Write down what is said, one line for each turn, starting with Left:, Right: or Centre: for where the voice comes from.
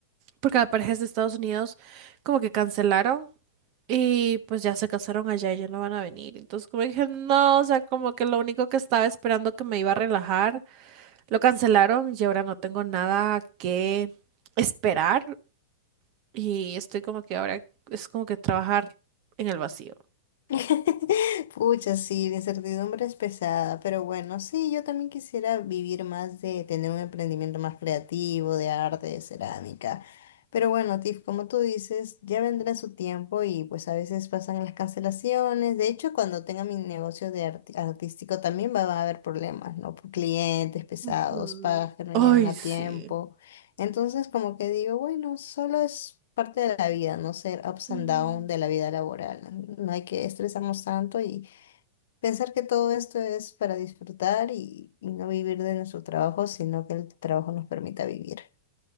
Right: porque la pareja es de Estados Unidos, como que cancelaron. Y pues ya se casaron allá y ya no van a venir. Entonces como dije, no, o sea, como que lo único que estaba esperando que me iba a relajar lo cancelaron y ahora no tengo nada que esperar y estoy como que ahora es como que trabajar en el vacío.
Left: <laughs> Pucha, sí, la incertidumbre es pesada, pero bueno, sí, yo también quisiera vivir más de tener un emprendimiento más creativo, de arte, de cerámica. Pero bueno, Tiff, como tú dices, ya vendrá su tiempo y pues a veces pasan las cancelaciones. De hecho, cuando tenga mi negocio de arti- artístico también va a haber problemas, ¿no? Por clientes pesados,
Right: Ujú.
Left: pagas que no
Right: Ay,
Left: llegan a
Right: sí.
Left: tiempo. Entonces, como que digo, bueno, solo es parte de la vida, no ser ups
Right: Mm.
Left: and down de la vida laboral. No hay que estresarnos tanto y pensar que todo esto es para disfrutar y, y no vivir de nuestro trabajo, sino que el trabajo nos permita vivir.